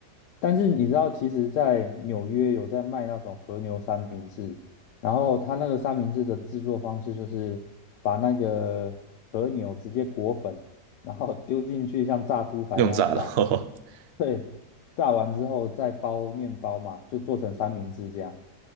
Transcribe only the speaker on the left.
但是你知道，其实，在纽约有在卖那种和牛三明治，然后他那个三明治的制作方式就是把那个和牛直接裹粉，然后丢进去像炸猪排那样炸，
对，炸完之后再包面包嘛，就做成三明治这样，